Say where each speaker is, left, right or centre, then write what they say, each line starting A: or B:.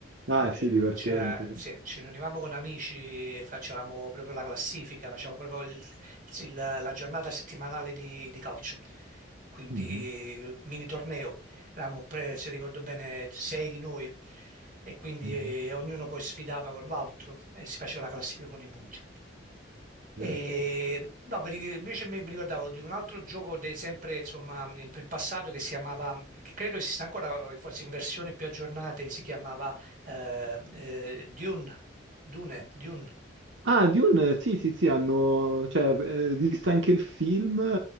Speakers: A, on the right; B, on the right.
A: Ah,
B: In genere,
A: sì, divertente.
B: c'era- sì, ci riunivamo con amici e facevamo proprio la classifica, facevamo proprio il- il- la giornata settimanale di, di calcio, quindi
A: Mhm,
B: eh, mini torneo. Eravamo, pre- se ricordo bene, sei di noi e quindi
A: mhm.
B: eh, ognuno poi sfidava con l'altro e si faceva la classifica con i punti. E,
A: Sì. Eh.
B: no, mi ri- invece mi, mi ricordavo di un altro gioco de- sempre insomma in, in passato che si chiamava, che credo esista ancora, forse in versioni più aggiornate, si chiamava eh, eh, Dune, Dune, Dune.
A: Ah, Dune, eh, sì, sì, sì, hanno, cioè, eh, esiste anche il film